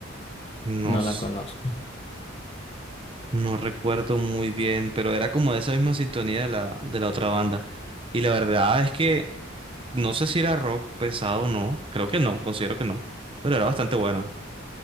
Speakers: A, on the right; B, on the left.
A: no,
B: No
A: s-
B: la conozco.
A: no recuerdo muy bien, pero era como de esa misma sintonía de la, de la otra banda. Y la verdad es que no sé si era rock pesado o no, creo que no, considero que no, pero era bastante bueno.